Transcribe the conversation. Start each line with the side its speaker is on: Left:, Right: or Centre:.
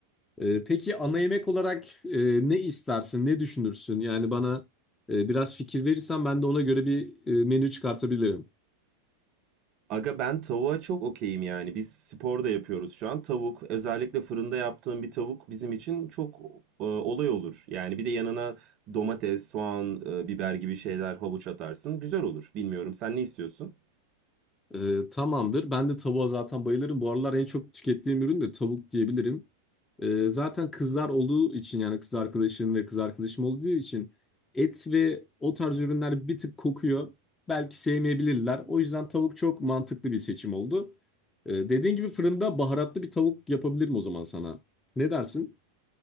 Left: E, peki ana yemek olarak e, ne istersin? Ne düşünürsün? Yani bana e, biraz fikir verirsen ben de ona göre bir e, menü çıkartabilirim.
Right: Aga ben tavuğa çok okeyim yani. Biz spor da yapıyoruz şu an. Tavuk, özellikle fırında yaptığım bir tavuk bizim için çok e, olay olur. Yani bir de yanına domates, soğan, e, biber gibi şeyler, havuç atarsın. Güzel olur. Bilmiyorum sen ne istiyorsun?
Left: Ee, tamamdır. Ben de tavuğa zaten bayılırım. Bu aralar en çok tükettiğim ürün de tavuk diyebilirim. Ee, zaten kızlar olduğu için yani kız arkadaşım ve kız arkadaşım olduğu için et ve o tarz ürünler bir tık kokuyor. Belki sevmeyebilirler. O yüzden tavuk çok mantıklı bir seçim oldu. Ee, dediğin gibi fırında baharatlı bir tavuk yapabilirim o zaman sana. Ne dersin?